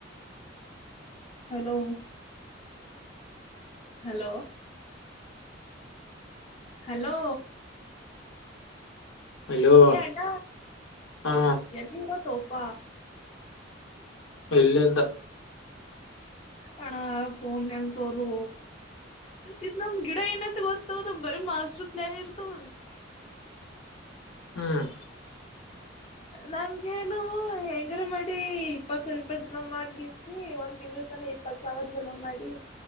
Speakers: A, on the left; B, on the left.
A: ಹಲೋ, ಹಲೋ ಹಲೋ
B: ಅಲೋ
A: ಏ ಅಣ್ಣ
B: ಹಾ
A: ಎಲ್ಲಿಗಿ ಹೊತ್ತೋಪ.
B: ಇಲ್ಲಿ ಇಂದ್.
A: ಅಣ ಫೋನ್ ಯಂಗ ತೋಲೊ ಇದುನಮ್ ಗಿಡ ಏನಂತ ಗೊತ್ತು, ಬರೇ ಮಾಸ್ಟರ್ ಪ್ಲಾನ ಇರ್ತದ.
B: ಹ್ಮ್.
A: ನಂಗೆೇನು ಹೆಂಗಾರ ಮಾಡಿ ಇಪ್ಪ ಸ್ವಲ್ಪ ಜನ ಮಾಡಗಿಸಿ ಒಂದ ತಿಂಗಳ ತನಾ ಇಪ್ಪತ್ ಸಾವಿರ ಜಮ ಮಾಡಿ,